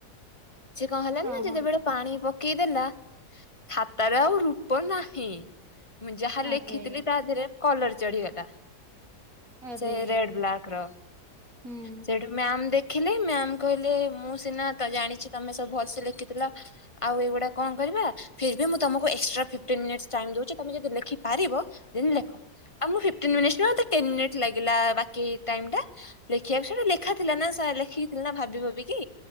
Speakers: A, on the left; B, on the right.
A: ସିଏ କଣ ହେଲାନ
B: ହଁ
A: ନା ଯେତେବେଳେ
B: ହଁ
A: ପାଣି ପକେଇଦେଲା ଖାତାର ଆଉ ରୂପ ନାହିଁ। ମୁଁ ଯାହା ଲେଖିଥିଲି
B: ଆରେ
A: ତା ଦେହରେ କଲର ଚଢିଗଲା।
B: ଆରେ
A: ସେ ରେଡ ବ୍ଲାକ ର
B: ହୁଁ।
A: ସେଠୁ ଆମ ମ୍ୟାମ ଦେ ଦେଖିଲେ ମ୍ୟାାମ କହିଲେ ମୁଁ ସିନା ତ ଜାଣିଛି ତମେ ସବୁ ଭଲସେ ଲେଖିଥିଲ ଆଉ ଏଇଗୁଡା କଣ କରିବା ଫି ମୁଁ ତମକୁ ଏକଟ୍ରା ଉଛି ତମେ ଯଦି ଲେଖିପାରିବ ଲେଖ। ଆଉ ଫିପଟିନ ମିନିଟ୍ ନୁହଁ ଟେନ ମିନିଟ୍ ଲାଗିଲା ବାକି ଟାଇମ୍ ଟା ଦେଖା ଥିଲାନା ଲେଖି ଥିଲି ନା ଭାବି ଭୁବାକି